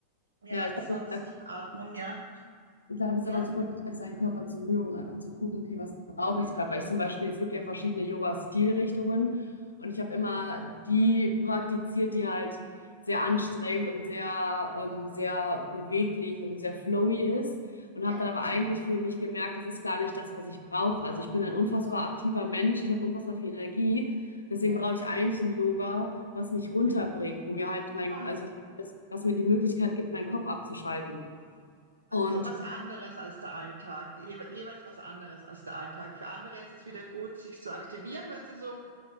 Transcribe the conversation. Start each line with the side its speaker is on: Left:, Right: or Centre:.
Right: Ja,
Left: Ja,
Right: ansonsten
Left: ich glaube, das ist einfach
Right: Atmung, ja.
Left: Ich glaube, es ist
Right: Ja,
Left: einfach super wichtig, auf seinen Körper zu hören, einfach zu gucken, okay, was brauche ich gerade? Weil ich zum Beispiel, es gibt ja verschiedene Yoga-Stilrichtungen und ich habe immer die praktiziert, die halt sehr anstrengend und sehr, ähm, sehr beweglich und sehr flowy ist und
Right: ja,
Left: habe dann aber eigentlich für mich gemerkt, das ist gar nicht das, was ich brauche. Also ich bin ein unfassbar
Right: so,
Left: aktiver Mensch, ich habe unfassbar viel Energie, deswegen
Right: ja.
Left: brauche ich eigentlich ein Yoga, was mich runterbringt, wo mir halt mein,
Right: Ah,
Left: also das, was mir die Möglichkeit gibt, meinen Kopf abzuschalten.
Right: Also
Left: Und
Right: so was anderes als der Alltag. Jewe- jeweils was anderes als der Alltag. Für andere ist es wieder gut, sich zu aktivieren, wenn sie so